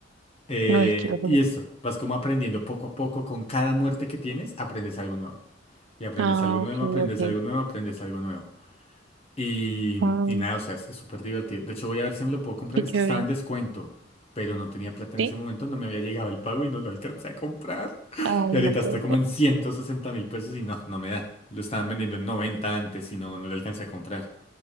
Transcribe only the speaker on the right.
Ay, qué horror.
Ah,
ok,
ok.
Ah,
qué
chévere.
¿Sí?
Ay,
no puede
ser.